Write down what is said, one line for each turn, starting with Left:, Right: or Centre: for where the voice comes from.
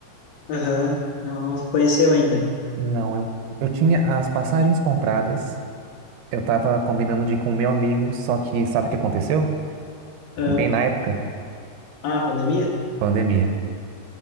Left: Aham, Não, não conheceu ainda.
Right: Não, eu, eu tinha as passagens compradas. Eu tava combinando de ir com meu amigo, só que sabe o que aconteceu?
Left: Aham.
Right: Bem na época,
Left: Ah, pandemia?
Right: pandemia.